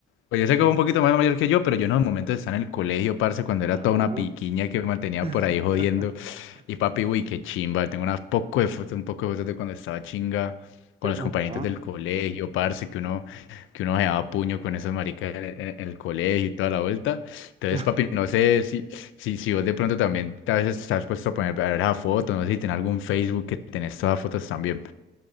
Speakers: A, on the left; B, on the right.
A: Pues yo sé que fue un poquito más mayor que yo, pero yo no, en el momento de estar en el colegio, parce, cuando era
B: Ajá.
A: toda una piquiña que me mantenía por
B: <laughs>
A: ahí jodiendo. Y papi, uy, qué chimba. Tengo unas poco de fotos, un poco de fotos de cuando estaba chinga con los compañeritos
B: Ajá.
A: del colegio, parce, que uno, que uno se daba puño con esos maricas en, en- en el colegio y toda la vuelta. Entonces,
B: <laughs>
A: papi, no sé si, si, si vos de pronto también a veces te has puesto a poner a ver esa foto, no sé si tenés algún Facebook que tenés todas las fotos también.